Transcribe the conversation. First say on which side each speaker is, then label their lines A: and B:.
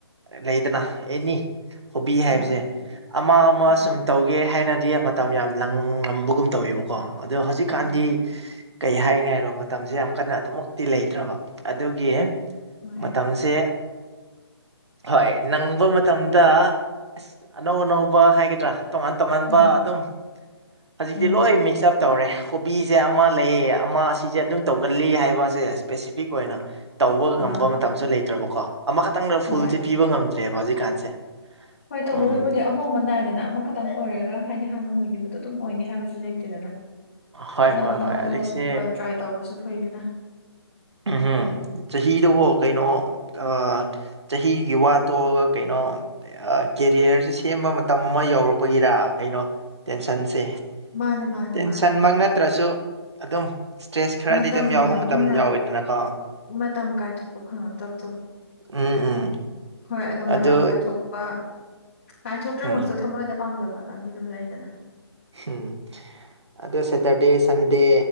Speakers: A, on the right (about 80°); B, on the left (about 35°).
A: ꯂꯩꯗꯅ ꯑꯦꯅꯤ ꯍꯣꯕꯤ ꯍꯥꯏꯕꯖꯦ
B: ꯑꯥ
A: ꯑꯃ ꯑꯃ
B: ꯎꯝ
A: ꯁꯨꯝ ꯇꯧꯒꯦ ꯍꯥꯏꯅꯗꯤ ꯃꯇꯝ ꯌꯥꯝ ꯂꯪꯉꯝꯕꯒꯨꯝ ꯇꯧꯢꯕ ꯀꯣ ꯑꯗꯣ ꯍꯧꯖꯤꯛꯀꯥꯟꯗꯤ
B: ꯎꯝ
A: ꯀꯩ ꯍꯥꯏꯅꯤ ꯃꯇꯝꯖꯦ ꯌꯥꯝ ꯀꯟꯅ ꯑꯗꯨꯃꯛꯇꯤ ꯂꯩꯇ꯭ꯔꯕ ꯑꯗꯨꯒꯤ
B: ꯍꯣꯏ
A: ꯃꯇꯝꯖꯦ ꯍꯣꯏ ꯅꯪꯕ ꯃꯇꯝꯗ ꯑꯁ ꯑꯅꯧ ꯑꯅꯧꯕ ꯍꯥꯏꯒꯗ꯭ꯔꯥ ꯇꯣꯉꯥꯟ ꯇꯣꯉꯥꯟꯕ
B: ꯎꯝ
A: ꯑꯗꯨꯝ ꯍꯧꯖꯤꯛꯇꯤ
B: ꯎꯝ
A: ꯂꯣꯏ ꯃꯤꯛꯁ ꯑꯞ ꯇꯧꯔꯦ ꯍꯣꯕꯤꯁꯦ ꯑꯃ ꯂꯩꯌꯦ ꯑꯃ ꯁꯤꯖꯦ ꯑꯗꯨꯝ ꯇꯧꯒꯜꯂꯤ ꯍꯥꯏꯕꯁꯦ ꯏꯁꯄꯦꯁꯤꯐꯤꯛ ꯑꯣꯏꯅ ꯇꯧꯕ
B: ꯑꯥ
A: ꯉꯝꯕ ꯃꯇꯝꯁꯨ ꯂꯩꯇ꯭ꯔꯕꯀꯣ ꯑꯃꯈꯛꯇꯪꯗ
B: ꯍꯣꯏ
A: ꯐꯨꯜꯖꯦ ꯄꯤꯕ ꯉꯝꯗ꯭ꯔꯦꯕ ꯍꯧꯖꯤꯛꯀꯥꯟꯁꯦ
B: ꯍꯣꯏ ꯇꯧꯕꯒꯤꯕꯨꯗꯤ
A: ꯎꯝ
B: ꯑꯍꯣꯡꯕ ꯅꯥꯏꯗꯅ ꯑꯃꯈꯛꯇꯪ ꯑꯣꯏꯔꯒ ꯍꯥꯏꯗꯤ ꯍꯥꯟꯅ ꯍꯣꯏꯒꯤꯕꯗꯣ ꯑꯗꯨꯝ ꯑꯣꯏꯅꯤ ꯍꯥꯏꯕꯗꯤ ꯂꯩꯇꯦꯗꯅ
A: ꯍꯣꯏ
B: ꯑꯗꯨꯝ
A: ꯍꯣꯏ
B: ꯑꯅꯧ
A: ꯍꯣꯏ
B: ꯑꯅꯧꯕ
A: ꯍꯧꯖꯤꯛꯁꯦ
B: ꯇ꯭ꯔꯥꯏ ꯇꯧꯕꯁꯨ ꯐꯩꯅꯤꯅ
A: ꯎꯝꯝ ꯆꯍꯤꯗꯨꯒꯣ ꯀꯩꯅꯣ ꯑ ꯆꯍꯤꯒꯤ ꯋꯥ ꯇꯣꯛꯑꯒ ꯀꯩꯅꯣ ꯀꯦꯔꯤꯌꯔꯁꯦ ꯁꯦꯝꯕ ꯃꯇꯝ ꯑꯃ ꯌꯧꯔꯛꯄꯒꯤꯔ ꯀꯩꯅꯣ ꯇꯦꯟꯁꯟꯁꯦ
B: ꯃꯥꯅꯦ ꯃꯥꯅꯦ
A: ꯇꯦꯟꯁꯟꯃꯛ
B: ꯃꯥꯅꯦ
A: ꯅꯠꯇ꯭ꯔꯁꯨ ꯑꯗꯨꯝ ꯏꯁꯇ꯭ꯔꯦꯁ ꯈꯔꯗꯤ
B: ꯃꯇꯝꯗꯣ
A: ꯑꯗꯨꯝ ꯌꯥꯎꯕ ꯃꯇꯝ
B: ꯍꯣꯏ ꯍꯣꯏ
A: ꯌꯥꯎꯋꯤꯗꯅꯀꯣ
B: ꯃꯇꯝ ꯀꯥꯏꯊꯣꯛꯄ ꯐꯪꯉꯛꯇꯕꯗꯣ
A: ꯎꯝ ꯎꯝ
B: ꯍꯣꯏ ꯑꯗꯣ
A: ꯑꯗꯨ
B: ꯃꯇꯝ ꯀꯥꯏꯊꯣꯛꯄ ꯀꯥꯏꯊꯣꯛꯇ꯭ꯔꯃꯁꯨ
A: ꯎꯝ
B: ꯊꯃꯣꯏꯗ ꯄꯥꯝꯖꯕꯀꯅꯤ ꯑꯗꯨꯝ ꯂꯩꯗꯅ
A: ꯎꯝ ꯑꯗꯣ ꯁꯦꯇꯔꯗꯦ ꯁꯟꯗꯦ